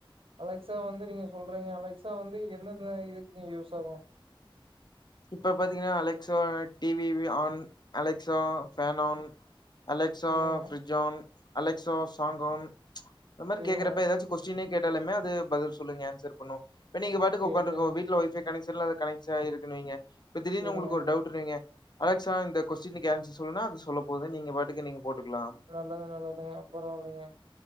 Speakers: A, on the right; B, on the left.
A: அலெக்ஸா வந்து நீங்க சொல்றீங்க அலெக்ஸா வந்து எந்தெந்த இதுக்குங்க யூஸ் ஆகு
B: இப்ப பாத்தீங்ன்னா அலெக்ஸா டிவி வி on Alexa fan on Alexa
A: செரிங்க
B: பிஃரிஜ் ஆன் அலெக்ஸா சாங்கான் இந்த மாரி
A: செரிங்க
B: கேக்றப்ப ஏதாச்சு கொஸ்டினே கேட்டாலுமே அது பதில் சொல்லுங்க ஆன்சர் பண்ணு இப்ப நீங்க பாட்டுகு
A: சேரி
B: உக்காண்டுகோ
A: செரிங்க
B: வீட்ல ஒய்ஃபய் கனெக்சன்ல அது கனெக்ட்ஸ் ஆயிருக்குனு வைங்க இப்ப தீடீருனு
A: செரிங்க
B: உங்ளுக்கு ஒரு டவுட் சொல்ரிங்க அலெக்ஸா இந்த கொஸ்டின்க்கு அன்சர் சொல்னா அது சொல்ல போது நீங்க பாட்டுக்கு நீங்க போட்டுக்லா
A: நல்லது நல்லதுங்க பரவாயில்லைங்க